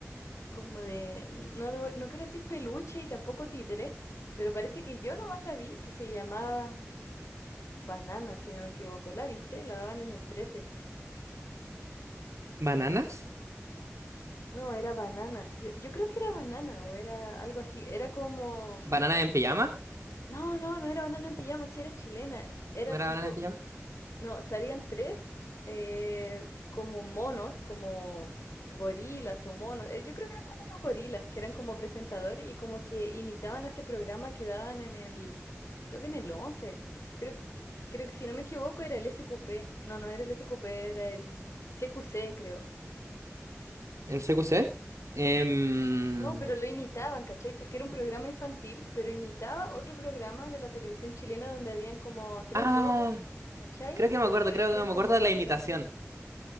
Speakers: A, on the left; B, on the right.
A: como de, no, no no quiero decir peluche y tampoco títere, pero parece que yo nomás la vi, que se llamaba... Banana, si no me equivoco. ¿La viste? La daban en el trece
B: ¿Bananas?
A: No, era Banana. Yo, yo creo que era Banana o era algo así. Era como...
B: ¿Bananas en pijama?
A: No, no, no era Banana en pijama, sí era chilena. Era
B: ¿No era
A: tipo...
B: Banana en Pijama?
A: No, salían tres eh, como monos, como gorilas o monos. Eh, Yo creo que eran como unos gorilas, que eran como presentadores y como que imitaban ese programa que daban en el... Creo que en el once Creo, que- creo que si no me equivoco era el SQP. No, no era el SQP, era el... CQC, creo.
B: El CQC. Em,
A: No, pero lo imitaban, ¿cachai? Porque era un programa infantil, pero imitaba otro programa de la televisión chilena donde habían como tres
B: ah,
A: locos, ¿cachai?
B: creo que
A: Que
B: me acuerdo,
A: se vestían
B: creo que me
A: como
B: acuerdo de
A: con
B: la imitación.
A: traje.